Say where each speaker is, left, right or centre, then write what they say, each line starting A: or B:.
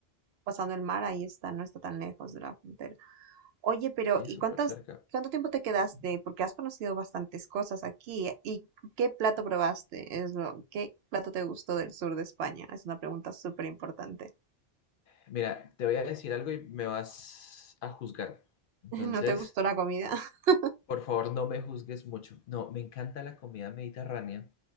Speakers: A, on the right (about 75°); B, on the left (about 60°).
A: pasando el mar, ahí está, no está tan lejos de la frontera. Oye, pero
B: sí,
A: ¿y
B: súper
A: cuántas,
B: cerca.
A: cuánto tiempo te quedaste? Porque has conocido bastantes cosas aquí. ¿Y qué plato probaste? Es lo, ¿qué plato te gustó del sur de España? Es una pregunta súper importante.
B: Mira, te voy a decir algo y me vas a juzgar.
A: <laughs>
B: Entonces...
A: ¿No te gustó la comida? <laughs>
B: Por favor, no me juzgues mucho. No, me encanta la comida mediterránea,